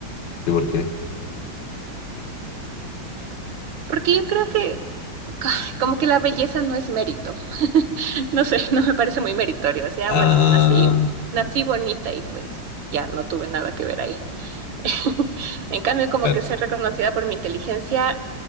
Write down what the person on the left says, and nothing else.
¿Y por qué?
Ah,
claro.